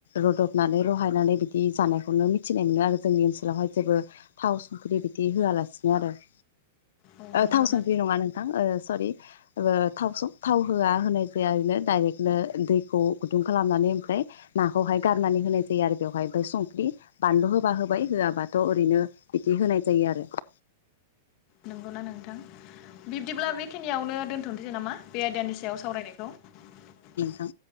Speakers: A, on the left; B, on the left.
A: रदबनानै रहायनानै बिदि जानायखौनो मिथिनाय मोनो आरो जोंनि ओनसोलावहाय जेबो थाव संख्रि बिदि होआलासिनो आरो ।
B: अ
A: ओ
B: नंगौना
A: थाव संख्रि नङा नोंथां ओ सरि ओ थाव थाव होआ होनाय जाया ओरैनो दायरेक्टनो दैखौ गुदुं खालामनानै ओमफ्राय नाखौहाय गारनानै होनाय जायो आरो बेवहाय ओमफ्राय संख्रि बानलु होबा होबाय होआबाथ' ओरैनो बिदि होनाय जायो आरो ।
B: नंगौना नोंथां? बिब्दिब्ला बेखिनियावनो दोनथ'नोसै नामा? बेे आयदानि सायाव सावरायनायखौ ।
A: थां